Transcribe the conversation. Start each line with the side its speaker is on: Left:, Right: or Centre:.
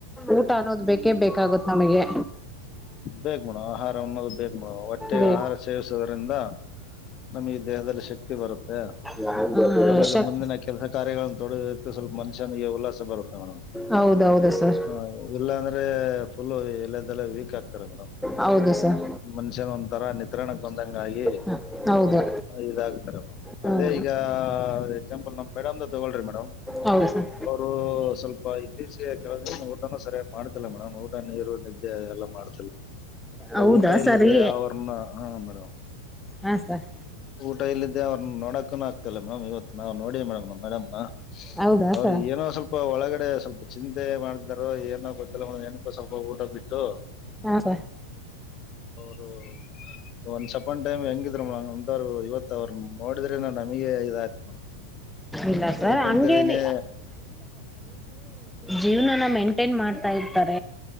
Centre: ಊಟ ಅನ್ನೋದು ಬೇಕು <inaudible> ನಮಗೆ
Left: ಬೇಕ್ ಮೇಡಮ್ ಆಹಾರ ಅನ್ನೋದು ಬೇಕ್ ಮೇಡಮ್ ಹೊಟ್ಟೆಗೆ
Centre: ಬೇ
Left: ಆಹಾರ ಸೇವಿಸುದ್ರಿಂದ ನಮ್ಗೆ ದೇಹದಲ್ಲಿ ಶಕ್ತಿ ಬರುತ್ತೆ
Centre: ಹ್ಮ
Left: ಆಮೇಲೆ
Centre: ಶಕ್
Left: ಮುಂದಿನ ಕೆಲಸ ಕಾರ್ಯಗಳನ್ನ ತೊಡೋದಕ್ಕೆ ಸ್ವಲ್ಪ ಮನುಷ್ಯನಿಗೆ ಉಲ್ಲಾಸ ಬರುತ್ತೆ ಮೇಡಮ್
Centre: ಹೌದೌದು ಸರ್
Left: ಆ ಇಲ್ಲಾಂದ್ರೆ ಫುಲ್ ಇಲ್ಲದೆಲ್ಲ ವೀಕ್ ಆಗ್ತದೆ ಮೇಡ್
Centre: ಹೌದು ಸರ್
Left: ಮನುಷ್ಯನ್ ಒಂಥರ ನಿತ್ರ್ರಾಣಕ್ ಬಂದಂಗಗ
Centre: ಹ ಹೌದು
Left: ಇದಾಗತಾರೆ
Centre: ಹ್ಮ್
Left: ಅದೇ ಈಗ ಎಕ್ಸಾಂಪಲ್ ನಮ ಬೇಡಮ ತಗೋಳ್ರಿ ಮೇಡಮ್
Centre: ಹೌದು ಸರ್
Left: ಅವರು ಸ್ವಲ್ಪ ಇ <unintelligible> ಊಟ ಸರಿ ಮಾಡುದಿಲ್ಲ ಮೇಡ್ ನೀರು ನಿದ್ದೆ ಎಲ್ಲ ಮಾಡ್
Centre: ಹೌದಾ
Left: ಊಟ ಇಲ್ಲಿದೆ
Centre: ಸರಿ
Left: ಅವ್ರನ್ನ ಹ ಮೇಡ್
Centre: ಹಾ ಸರ್
Left: ಊಟ ಇ ಇಲ್ಲ ಅವ್ರನ್ನ ನೋಡಕೂ ಆಗ್ತಾಲ್ಲ ಮೇಡಮ್ ಇವತ್ತು ನಾ ನೋಡಿ ಮೇಡಮ್ ನ ಮೇಡಮ
Centre: ಹೌದಾ
Left: ಅವ್ರ
Centre: ಸರ್
Left: ಏನೋ ಸ್ವಲ್ಪ ಒಳಗಡೆ ಸ್ವಲ್ಪ ಚಿಂತೆ ಮಾಡ್ತಾರ ಏನೋ ಗೊತ್ತ ಕೆಲವ ನನಕ ಸ್ವಲ್ಪ ಊಟ ಬಿಟ್ಟು
Centre: ಹಾ ಸ <inaudible>
Left: ರು ಒಂದ ಸಪನ್ ಟೈಮ್ ಹೆಂಗ <unintelligible> ಗ ಒಂದವ್ರು ಇವತ್ ಅವರು ನೋಡಿದ್ರೆ ನ ನಮಗೆ ಇದಯ್ತ ನ
Centre: ಇಲ್ಲ ಸರ್
Left: ಅದಕ್ಕಂತೇಳಿನೇ
Centre: ಹಂಗೇನ್ ಜೀವನ ಮೈಂಟೈನ್ ಮಾಡ್ತಾಿ ತ್ತರ